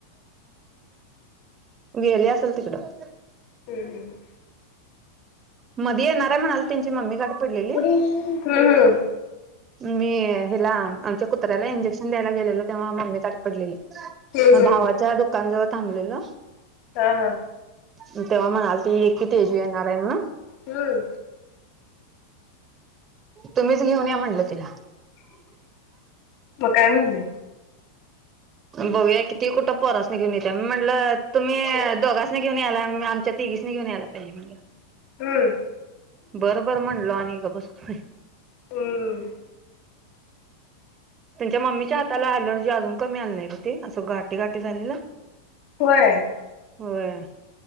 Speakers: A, on the right (about 25°); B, on the left (about 45°).
A: गेली असेल तिकडं
B: हम्म हम्म हम्म
A: मधी येणारे म्हणाल त्यांची मम्मी गाठ पडलेली
B: पुढे हम्म हम्म
A: मी हिला आमच्या कुत्र्याला इंजेक्शन द्यायला गेलेलो तेव्हा मम्मी गाठ पडलेली.
B: हम्म
A: मग
B: हम्म
A: भावाच्या दुकान जवळ थांबलेलो
B: हा हा
A: म तेव्हा म आलती की तेजू येणारे म्हणून
B: हम्म
A: तुम्हीच घेऊन या म्हणलं तिला.
B: मग काय म्हणली?
A: बघूया की ती कुठं पोरासनी घेऊन येतिया म म्हंणलं तुम्ही दोघा घेऊन आयलाय आम-आमच्या तिघीसनी घेऊन यायला पाहिजे म्हणलं
B: हम्म
A: बर बर म्हणलो आ मी गप बसतोय
B: हम्म.
A: त्यांच्या मम्मीच्या हाताला अँलर्जी अजून कमी आली नाही गं ते. असं गाटी गाटी झालेलं.
B: होय.
A: होय.